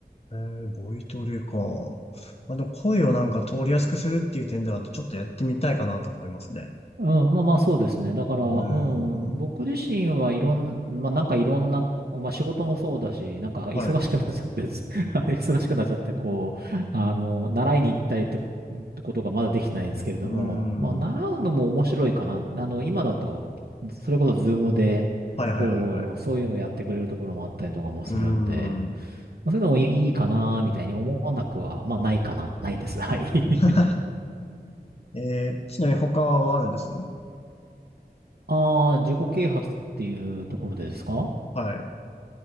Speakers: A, on the left (about 40°); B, on the right (about 70°).
A: えー、ボイトレか。まあ、でも声をなんか通りやすくするっていう点では、ちょっとやってみたいかなと思いますね。
B: うん、まあまあそうですね。だから、
A: うーん。
B: うん、僕自身はいろん、まあなんかいろんな、まあ仕事もそうだし、なんか忙しくなっちゃって、
A: はい。
B: ず <laughs> あれ忙しくなっちゃって、こう、あの、習いに行ったりって、ってことがまだできてないんですけれども、
A: うーん。
B: まあ習うのも面白いかな。あの、今だと、それこそズームで、
A: はいはいはいはい。
B: こう、そういうのやってくれるところもあったりとかもするんで、
A: うーん。う
B: まあ、そういうのもいいいいかな、みたいに思わなくは、まあないかな、ないです。
A: ー
B: はい。<laughs>
A: ん。<laughs> えー、ちなみに他はあるんです
B: ああ、自己啓発っていうところですか
A: はい。